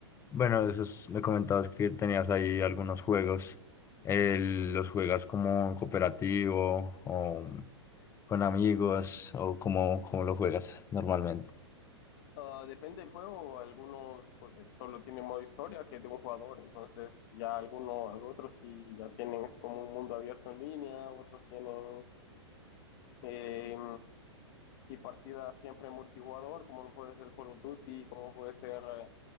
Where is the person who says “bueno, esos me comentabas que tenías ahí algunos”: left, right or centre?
Left